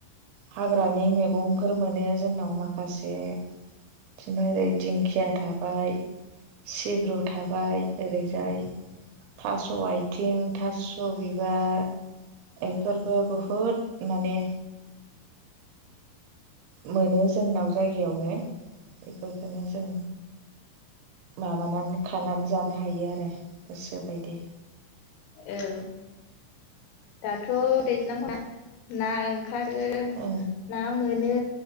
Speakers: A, on the right; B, on the left.
A: हाग्रानि मेगंफोर मोनो जोंनाव माखासे इदिनो ओरै दिंखिया थाबाय सिब्रु थाबाय ओरैजाय थास' आथिं, थास' बिबार, एफोरबो बहुद माने मोनो जोंनाव जायगायावनो, बेफोरखोनो जों माबानानै खानानै जानो हायो आरो गोसोबायदि।
B: औ दाथ' दैज्लांना ना ओंखारो
A: ओं
B: ना मोनो,